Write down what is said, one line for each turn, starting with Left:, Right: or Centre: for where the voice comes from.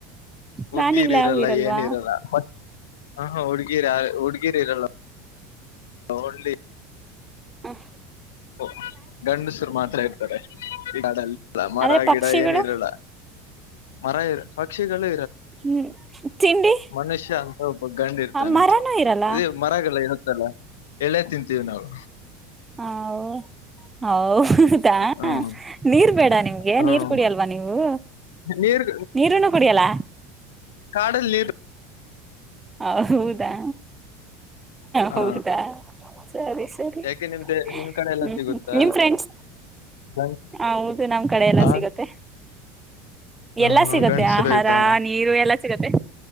Right: ಪ್ರಾಣಿಗಳು
Left: ಹುಡ್ಗಿರಿ
Right: ಯಾವು
Left: ಇರಲ್ಲ
Right: ಇರಲ್ವಾ
Left: ಏನ ಇರಲ್ಲ ಬಟ್ ಹುಡ್ಗಿರಿ ಹುಡ್ಗಿರಿ ಇರಲ್ಲ ಓನ್ಲಿ
Right: ಹ
Left: ಓ ಗಂಡಸುರು ಮಾತ್ರ ಇರ್ತಾರೆ ಗಿಡಾಡಲ್ಲಿ ಮರ
Right: ಆದ್ರೆ ಪಕ್ಷಿಗಳು
Left: ಗಿಡ ಏನ ಇರಲ್ಲ ಮರ ಮರ ಪಕ್ಷಿಗಳು
Right: ಹ್ಮ್ ತಿಂಡಿ
Left: ಮನುಷ್ಯ ಅಂತ ಒಬ್ಬ ಗಂಡ ಇರ್ತಾನೆ
Right: ಮರನೂ ಇರಲ್ಲ
Left: ಇ ಮರಗಳು ಇ ಲ್ಲ ಎಲೆ ತಿಂತೀವಿ ನಾವು
Right: ಹ ಹೌ ಹೌದಾ
Left: ಹ್ಮ್
Right: ನೀರ್ ಬೇಡ ನಿಮ್ಗೆ
Left: ಹ್ಮ್
Right: ನೀರ್ ಕುಡಿಯಲ್ವಾ ನೀವು
Left: ನೀರ್
Right: ನೀರನ್ನು ಕುಡಿಯಲ್ಲ
Left: ಕಾಡಲ್ಲಿ ನೀರು
Right: ಹ ಹೌದಾ
Left: ಹಾ
Right: ಹೌದಾ ಸರಿ ಸರಿ
Left: ಯಾಕೆ ನಿಮ್ದೆ
Right: ಹ್ಮ
Left: ನಿಮ್ ಕಡೆ ಎಲ್ಲ ಸಿಗುತ್ತಾ
Right: ಹ ನಿಮ್ ಫ್ರೆಂಡ್ಸ್
Left: ಗಂಡ್
Right: ಹ ಹೌದು ನಮ್ ಕಡೆ ಎಲ್ಲ
Left: ಆ
Right: ಸಿಗುತ್ತೆ
Left: ಹ
Right: ಎಲ್ಲಾ
Left: ಹಾ
Right: ಸಿಗತ್ತೆ
Left: ಗಂಡ್ಸರು
Right: ಆಹಾರ
Left: ಇದ್ದಾರ
Right: ನೀರು ಎಲ್ಲಾ ಸಿಗತ್ತೆ